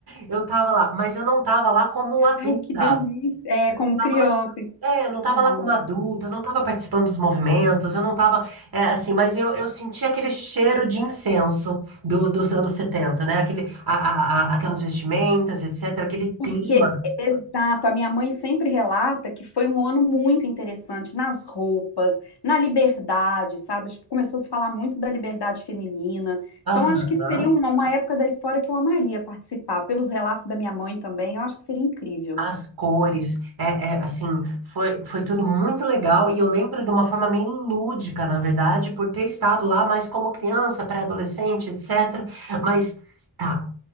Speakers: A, on the right; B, on the left.
A: eu tava lá, mas eu não tava lá como adulta.
B: Ai, que delícia! É,
A: Eu
B: como
A: não tava
B: criança.
A: lá É,
B: É.
A: eu não estava lá como adulta, eu não estava participando dos movimentos, eu não estava, assim, mas eu, eu senti aquele cheiro de incenso do- dos anos 70, né? Aquele, a- a- a- aquelas vestimentas, etc., aquele
B: Porque,
A: clima,
B: exato, a minha mãe sempre relata que foi um ano muito interessante nas roupas, na liberdade, sabe? Acho que Começou a se falar muito da liberdade feminina.
A: Aham.
B: Então, acho que seria uma, uma época da história que eu amaria participar. Pelos relatos da minha mãe também, eu acho que seria incrível.
A: As cores, é, é, assim, foi, foi tudo muito legal e eu lembro de uma forma meio lúdica, na verdade, por ter estado lá, mas como criança, pré-adolescente, etc. Mas, tá,